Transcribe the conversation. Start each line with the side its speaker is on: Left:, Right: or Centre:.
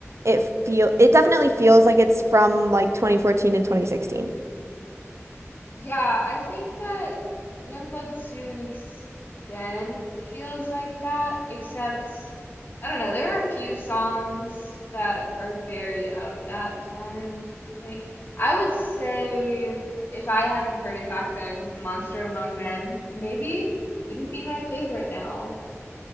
Right: it feel it definitely feels like it's from like 2014 and 2016.
Left: Yeah, I think that Youngblood to an extent feels like that, except I don't know, there are a few songs that are very of that time. Like I would say if I hadn't heard it back then, Monster Among Men maybe wouldn't be my favorite now.